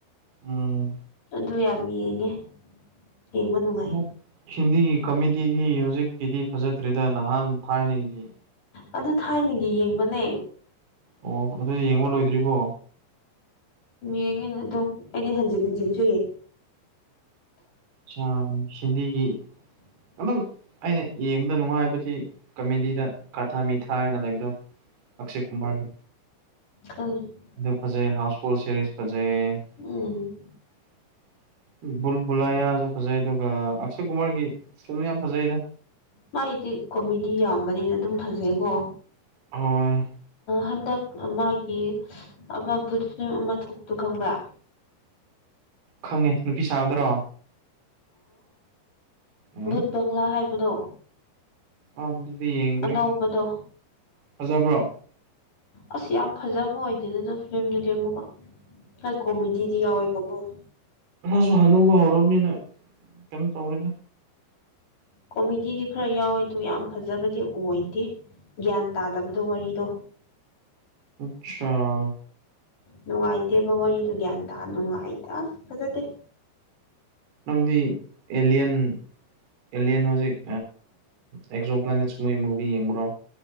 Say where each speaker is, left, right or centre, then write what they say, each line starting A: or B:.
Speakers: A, on the right (about 60°); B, on the left (about 45°).
A: ꯎꯝ
B: ꯑꯗꯨ ꯌꯥꯝ ꯌꯦꯡꯉꯦ ꯌꯦꯡꯕ ꯅꯨꯡꯉꯥꯏ
A: ꯍ ꯍꯤꯟꯗꯤꯒꯤ ꯀ‌ꯃ‌ꯦꯗꯤ ꯁꯤ ꯍꯧꯖꯤꯛꯀꯤꯗꯤ ꯐꯖꯗ꯭ꯔ‌ꯦꯗ ꯅꯍꯟ ꯊꯥꯏꯅꯒꯤ
B: ꯑ ꯑꯗꯨ ꯊꯥꯏꯅꯒꯤ ꯌꯦꯡꯕꯅꯦ
A: ꯑꯣ ꯑꯗꯨ ꯌꯦꯡꯕ ꯂꯣꯏꯗ꯭ꯔꯤꯕꯣ
B: ꯌꯦꯡꯉꯦꯅ ꯑꯗꯨꯝ ꯑꯩꯗꯤ ꯍꯟꯖꯤꯟ ꯍꯟꯖꯤꯟꯁꯨ ꯌꯦꯡ
A: ꯁꯌꯝ ꯁꯤꯟꯗꯤꯒꯤ
B: <unintelligible>
A: ꯑꯗꯨꯝ ꯑꯩꯅ ꯌꯦꯡꯕꯗ ꯅꯨꯡꯉꯥꯏꯕꯗꯤ ꯀꯃꯦꯗꯤꯗ ꯀꯥꯊꯥ ꯃꯤꯊꯥ ꯍꯥꯏꯅ ꯂꯩꯕꯗꯣ ꯑꯛꯁ‌ꯦ ꯀꯨꯃꯥꯔꯒꯤ
B: ꯈꯪꯉ‌ꯦ
A: ꯑꯗꯨ ꯐꯖꯩ ꯍꯥꯎꯁ ꯐꯨꯜ ꯁꯦꯔꯤꯁ ꯐꯖꯩ ꯖꯩꯌ‌ꯦ
B: ꯎꯝ
A: ꯕꯨꯜꯕꯨꯂꯥꯌꯥ ꯁꯨ ꯐꯖꯩ ꯑꯗꯨꯒ ꯑꯛꯁ‌ꯦ ꯀꯨꯃꯥꯔꯒꯤ ꯐꯤꯂꯝ ꯌꯥꯝ ꯐꯖꯩꯗ
B: ꯃꯥꯏꯗꯤ ꯀꯣꯃꯦꯗꯤ ꯌꯥꯝꯕꯅꯤꯅ ꯑꯗꯨꯝ ꯐꯖꯩꯀꯣ
A: ꯍꯣꯏ
B: ꯍꯟꯗꯛ ꯃꯥꯒꯤ ꯑꯃ ꯊ‌ꯣꯛꯄꯗ‌ꯣ ꯈꯪꯕ꯭ꯔꯥ
A: ꯈꯪꯉꯦ ꯅꯨꯄꯤ ꯁꯥꯕꯗꯔꯣ ꯎꯝ
B: ꯕꯨꯠ ꯕꯪꯂꯥ ꯍꯥꯏꯕꯗꯣ
A: ꯑ ꯑꯗꯨꯗꯤ ꯌꯦꯡꯗ꯭ꯔꯦ
B: ꯑꯅꯧꯕꯗꯣ
A: ꯐꯖꯕ꯭ꯔꯣ
B: ꯑꯁ ꯌꯥꯝ ꯐꯖꯕ ꯑꯣꯏꯗꯦꯗ ꯗꯨ ꯐꯤꯂꯝꯗꯨꯗꯤ ꯑꯃꯨꯛꯀ ꯑꯩ ꯀꯣꯃꯦꯗꯤꯗꯤ ꯌꯥꯎꯋꯦꯕꯀ‌ꯣ
A: ꯁꯨ ꯍꯅꯨꯕ ꯍꯧꯔꯕꯅꯤꯅ ꯀꯩꯅꯣ ꯇꯧꯔꯤꯗ
B: ꯀꯣꯃꯦꯗꯤꯗꯤ ꯈꯔ ꯌꯥꯎꯋꯦ ꯑꯗꯨ ꯌꯥꯝ ꯐꯖꯕꯗꯤ ꯑꯣꯏꯗꯦ ꯒ꯭ꯌꯥꯟ ꯇꯥꯗꯕꯗꯣ ꯋꯥꯔꯤꯗꯣ
A: ꯑꯆꯥꯥ
B: ꯅꯨꯡꯉꯥꯏꯇꯦꯕ ꯋꯥꯔꯤꯗꯣ ꯒ꯭ꯌꯥꯟ ꯇꯥ ꯅꯨꯡꯉꯥꯏꯗ ꯑꯁ ꯐꯖꯗꯦ
A: ꯅꯪꯗꯤ ꯑꯦꯜꯂꯤꯌꯥꯟ ꯑꯦꯂꯤꯌꯟ ꯍꯧꯖꯤꯛ ꯑꯦꯛꯖꯣ ꯄ꯭ꯂꯥꯅꯦꯠꯁ ꯃꯣꯏ ꯃꯨꯚꯤ ꯌꯦꯡꯕ꯭ꯔꯣ